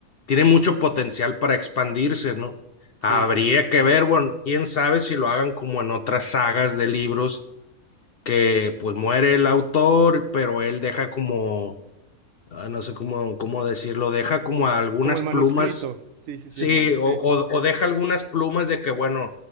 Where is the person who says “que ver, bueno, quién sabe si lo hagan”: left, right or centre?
Left